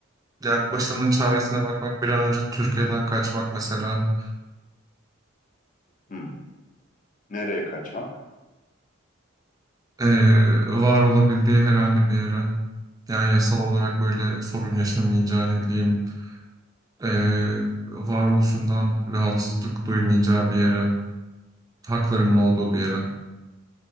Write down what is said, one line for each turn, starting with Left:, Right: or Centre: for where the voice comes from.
Right: e, yani başarının çaresine bakmak, bir an önce Türkiye'den kaçmak mesela.
Left: Hmm. Nereye kaçmak?
Right: E, var olabildiği herhangi bir yere. Yani yasal olarak böyle sorun yaşamayacağı ne bileyim e, varoluşundan rahatsızlık duymayacağı bir yere. Haklarının olduğu bir yere.